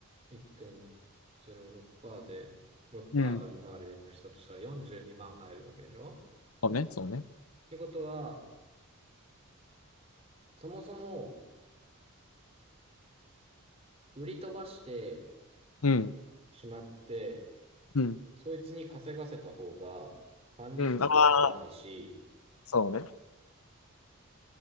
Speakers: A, on the right; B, on the left.
A: 1.06%で、6%
B: うん。
A: の利回りでしたとしたら42万入るわけでしょ
B: そうね、そうね。
A: ってことは、そもそも売り飛ばして
B: うん。
A: しまって、
B: うん
A: そいつに稼がせた方が管理費もかからないし、
B: うん、ああ、そうね。